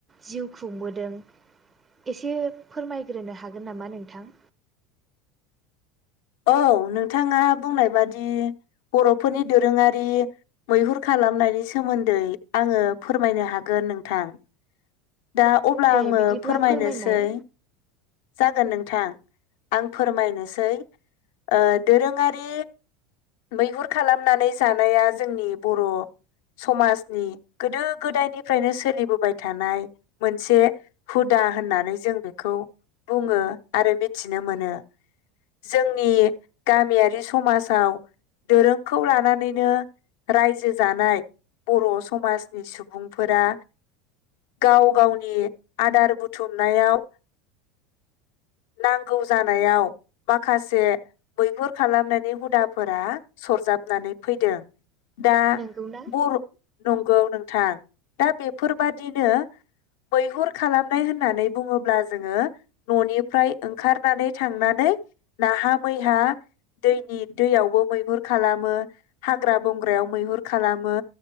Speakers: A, on the right; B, on the left.
A: जिउ खुंबोदों एसे फोरमायग्रोनो हागोन नामा नोंथां?
B: औ नोंथाङा बुंनाय बादि बर'फोरनि दोरोङारि मैहुर खालामनायनि सोमोन्दै आङो फोरमायनो हागोन नोंथां। दा अब्ला
A: दे
B: आङो
A: बिदिब्ला
B: फोरमायनोसै
A: फोरमायनाय
B: जागोन नोंथां। आं फोरमायनोसै ओ दोरोङारि मैहुर खालामनानै जानाया जोंनि बर' समाजनि गोदो गोदायनिफ्रायनो सोलिबोबाय थानाय मोनसे हुदा होननानै जों बेखौ बुङो आरो मिथिनो मोनो जोंनि गामियारि समाजाव दोरोंखौ लानानैनो रायजो जानाय बर' समाजनि सुबुंफोरा गाव गावनि आदार बुथुमनायाव नांगौ जानायाव माखासे मैहुर खालामनायनि हुदाफोरा सरजाबनानै फैदों। दा
A: नंगौना
B: बर नंगौ नोंथां दा बेफोरबादिनो मैहुर खालामनाय होननानै बुङोब्ला जोङो ननिफ्राय ओंखारनानै थांनानै नाहा मैहा दैनि दैयावबो मैहुर खालामो हाग्रा बंग्रायाव मैहुर खालामो